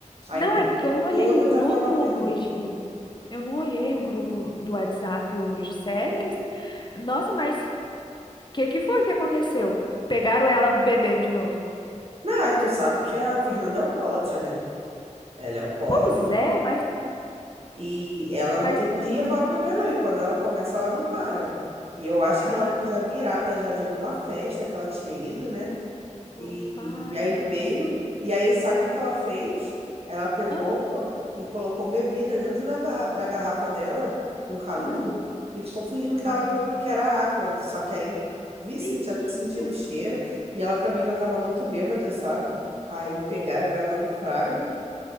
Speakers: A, on the right; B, on the left.
A: A
B: Não,
A: empresa
B: é porque eu não
A: toda
B: olhei o grupo
A: tá falando na Fernanda.
B: hoje. Eu não olhei o grupo do WhatsApp hoje. Sério que... Nossa, mas o que que foi que aconteceu? Pegaram ela bebendo de novo.
A: Não, tu sabe que a Fernanda é alcoólatra, né? Ela é alcoólatra.
B: Pois é, mas,
A: E ela
B: mas...
A: não tem dia
B: hum.
A: para beber, não. E quando ela começa, ela não para. E eu acho
B: Ah,
A: que ela veio já virada já de alguma festa que ela tinha ido, né?
B: meu
A: E,
B: pai
A: e aí
B: amado.
A: veio. E aí, sabe o que que ela fez? Ela pegou
B: Ah,
A: e colocou bebida dentro da, garra- da garrafa dela, com canudo,
B: hum.
A: e ficou fingindo que tava
B: Ah, menina.
A: bebendo, que era água. Só que aí vi,
B: Menina,
A: senti, sentiram o cheiro. E ela também já tava muito bêbada, sabe? Aí pegaram
B: men-
A: ela no Fragra